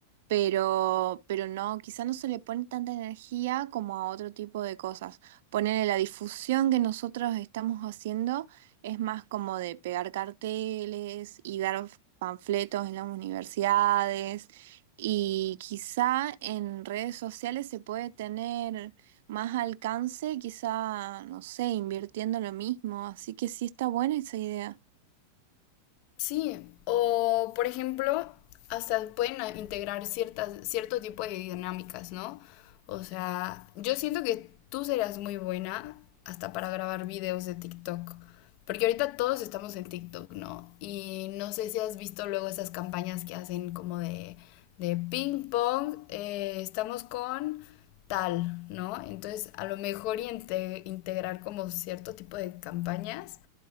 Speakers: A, on the right; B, on the left.
A: pero, pero no, quizá no se le pone tanta energía como a otro tipo de cosas. Ponerle la difusión que nosotros estamos haciendo es más como de pegar carteles y dar panfletos en las universidades. Y quizá en redes sociales se puede tener más alcance, quizá, no sé, invirtiendo lo mismo. Así que sí está buena esa idea.
B: Sí, o por ejemplo, hasta pueden a- integrar ciertas, cierto tipo de dinámicas, ¿no? O sea, yo siento que tú serás muy buena hasta para grabar videos de TikTok, porque ahorita todos estamos en TikTok, ¿no? Y no sé si has visto luego esas campañas que hacen como de, de ping pong, eh, estamos con tal, ¿no? Entonces, a lo mejor y inte- integrar como cierto tipo de campañas